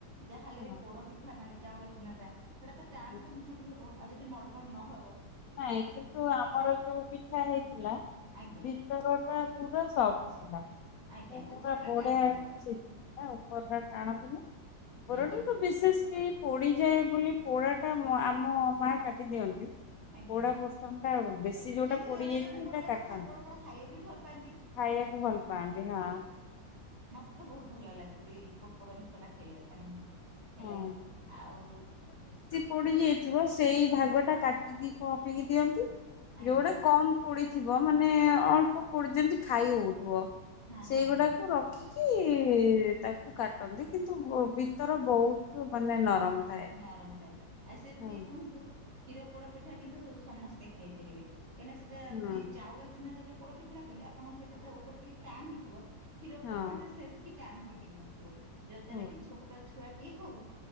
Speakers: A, on the right; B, on the left.
A: ଯାହା ହେଲେ
B: ହଁ
A: ବି ପୋଡ ପିଠା ମାନେ ଚାଉଳ ଚୁନା ଟା ସେଟା ତ ଟାଣ
B: ହଁ।
A: ତ ନିହାତି ହବ ଆଉ ଯଦି ମରମଣ ନ ହବ?
B: ନାଇଁ କିନ୍ତୁ ଆମର ଯୋଉ ପିଛା ହେଇଥିଲା
A: ଆଜ୍ଞା
B: ତରଟା ପୁରା ସଫ୍ଟ ଥିଲା।
A: ଆଜ୍ଞା
B: ପୁରା
A: ଉପର ଟା
B: ବଢିଆ
A: ଟାଣ
B: ଏ
A: ଥିବ
B: ସିଝିଥିଲା ଆଉ। ପରଟା ଟାଣ ଥିଲା। ପରଟା
A: ଆଜ୍ଞା
B: ତ ବିଶେଷ କେହି ପୋଡ଼ିଯାଏ ବୋଲି ପୋଡ଼ାଟା ଆମ ମା କାଟିଦିଅନ୍ତି।
A: ଆଜ୍ଞା
B: ପୋଡା ପୋସନ ଟା ବେଶୀ ଯୋଉଟା
A: କିନ୍ତୁ
B: ପୋଡି
A: ଜଣେ
B: ଯାଇଛି
A: ଜଣେ
B: ସେଟା
A: ପୋଡ ଲୋକ
B: କାଟନ୍ତୁ।
A: ପୋଡ ପୋଡ ଖାଇବାକୁ ବି ଭଲ ପାଆନ୍ତି।
B: ଖାଇବାକୁ ଭଲ ପାଆନ୍ତି ହଁ।
A: ମତେ ତ ବହୁତ ଭଲ ଲାଗେ ସେଇ ପୋଡ଼ ପୋଡ ଅଂଶ ଟା ଖାଇବା ପାଇଁ। ହେଲା
B: ହଁ।
A: କିି ଆଉ
B: ପୋଡ଼ି ଯାଇଥିବ ସେଇ ଭାଗ ଟା କାଟିଦି ପହପିକି ଦିଅନ୍ତି
A: ଆଜ୍ଞା
B: ଯୋଉଟା କମ୍ ପୋଡିଥିବ ମାନେ ଅଳ୍ପ ପୋଡି ଯେମିତି ଖାଇ ହଉଥିବ।
A: ହଁ
B: ସେଇଗୁଡାକୁ
A: ହଁ ହଁ।
B: ର କି କି ତାକୁ କାଟନ୍ତି। କିନ୍ତୁ ଭିତର ବହୁତ ମାନେ ନରମ। ଥାଏ।
A: ନରମ ଥାଏ ଆଉ ସେମିତି
B: ହୁଁ।
A: କୁହନ୍ତୁ। କ୍ଷୀର ପୋଡ ପିଠା କିନ୍ତୁ ସମସ୍ତେ ଖାଇ ପାରିବେ କାହିଁକିନା ସେଇଟା
B: ହଁ
A: ମାନେ ଚାଉଳ ଚୁନାରେ ଯୋଉ ପୋଡ ପିଠା କହିଲେ ଆପଣ ସେଇଟା ଉପରେ ଟିକେ ଟାଣ ହେଇଥିବ କ୍ଷୀର
B: ହଁ
A: ପୋଡ ପିଠା ସେଟିକେ ଟାଣବି ହେଇ ନଥିବ ଯଦ୍ଵାରା
B: ହଁ
A: କି ଛୋଟ ଛୁଆଟି ହଉ